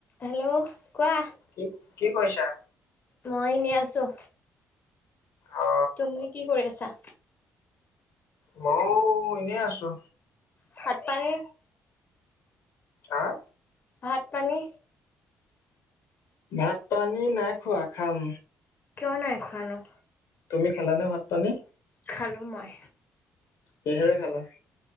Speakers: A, on the left; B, on the left.
A: Hello কোৱা
B: কি কি কৰিছা?
A: মই ইনে আছোঁ।
B: অ
A: তুমি কি কৰি আছা?
B: মইও ইনে আছো।
A: ভাত পানী?
B: আঁ
A: ভাত পানী?
B: ভাত পানী নাই খোৱা খাম।
A: কিয় নাই খোৱানো?
B: তুমি খালা নে ভাত পানী?
A: খালোঁ মই।
B: কিহেৰে খালা?